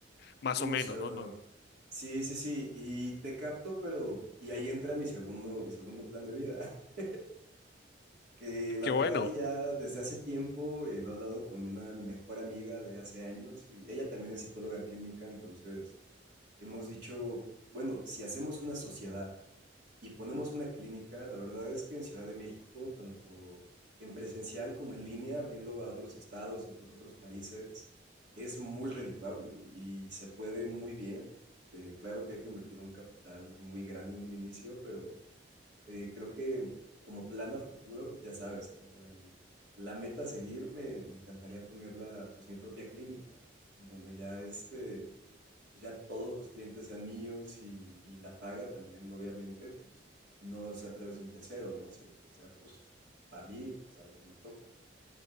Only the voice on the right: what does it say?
justo
hermano.
Sí, sí, sí, y te capto, pero y ahí entra mi segundo, mi segundo plan de vida, <laughs> que la
verdad
y ya desde hace tiempo eh, lo he hablado con una mejor amiga de hace años y ella también es psicóloga clínica, entonces Hemos dicho, bueno, si hacemos una sociedad y ponemos una clínica, la verdad es que en Ciudad de México, tanto en presencial como en línea, abriendo a otros estados, incluso a otros países, es muy redituable y, y se puede muy bien. Eh, claro que hay que invertir un capital muy grande en un inicio, pero eh, creo que como plan a futuro, ya sabes, como el, la meta a seguir, me, me encantaría ponerla, pues mi propia clínica, en donde ya este pues ya todos los clientes sean míos y, y la paga también, obviamente, pues no sea a través de un tercero, ¿no? Sino que sea pues para mí, o sea, lo que me toca.